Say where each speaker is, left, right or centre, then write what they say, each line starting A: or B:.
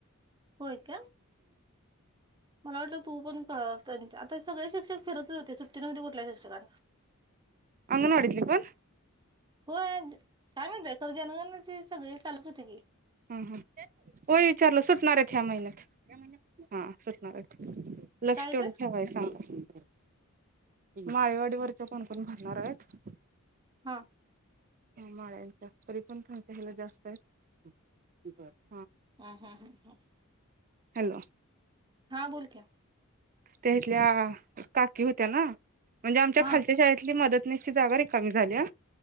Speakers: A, on the right; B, on the right.
A: होय का मला वाटलं तू पण आता सगळे शिक्षक फिरतच होते सु त म कुठला घे सना
B: हंग नोडतली प
A: हो काय म्हणतय खर जनगणाची सगळे चालत होते की
B: हा हा होय विचारलं सुटणार आहेत ह्या महिन्यात्यात हा सुटणार आहेत लक्ष
A: काय
B: तेवढ
A: ते
B: ठेवाय सांगा माळेवाडीवररच्या कोण कोण भरणार आहेत
A: हा
B: माळ्यांच्या तरी पणच्या ह्याला जास्त आहेत ठीक आहे
A: हम् हम्म हम् हम
B: हॅलो
A: हा बोल क्या
B: त्या इथल्या काकी होत्या ना म्हणजे आमच्या
A: हा
B: खाच्या शाळेतली मदत कनेसची जागा रिकामी झाल्या